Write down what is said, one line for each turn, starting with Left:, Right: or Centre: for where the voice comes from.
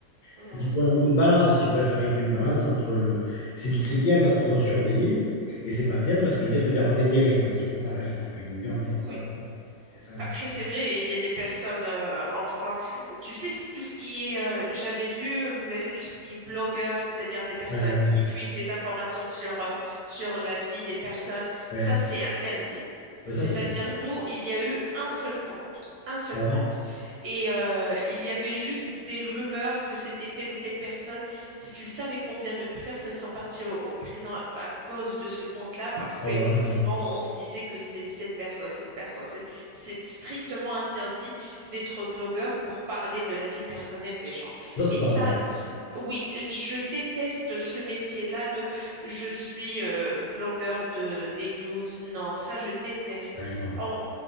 Right: Hmm.
Left: C'est qu'il faut un- une balance, si tu préfères. Il faut une balance entre le. C'est du- c'est bien parce qu'ils vont surveiller et c'est pas bien parce qu'ils risquent d'y avoir des dérives. Alors, c'est toujours pareil, il faut réguler encore ça.
Right: Oui.
Left: tu vois. C'est ça le
Right: Après,
Left: problème.
Right: c'est vrai, il y a des personnes euh, en France. Tu sais, c'est tout ce qui est, euh, j'avais vu, vous avez tout ce qui est blogueur, c'est-à-dire des personnes
Left: Ouais, ouais, ouais.
Right: qui fuient des informations sur, euh, sur la vie des personnes.
Left: Ouais,
Right: Ça, c'est interdit.
Left: Ouais, ça,
Right: C'est-à-dire,
Left: c'est bien. ça.
Right: nous, il y a eu un seul compte, un seul
Left: Ah
Right: compte.
Left: ouais?
Right: Et euh, il y avait juste des rumeurs que c'était telle ou telle personne. Si tu savais combien de personnes ils sont parties au, au prison à cause de ce compte-là, parce
Left: Ah
Right: qu'effectivement,
Left: ouais, ah ouais.
Right: on se disait que c'est cette personne, cette personne. C'est strictement interdit d'être blogueur pour parler de la vie personnelle des gens.
Left: Non, c'est
Right: Et
Left: normal.
Right: ça, oui, je déteste ce métier-là de je suis euh, blogueur de des news. Non, ça, je déteste.
Left: Ouais, non.
Right: On-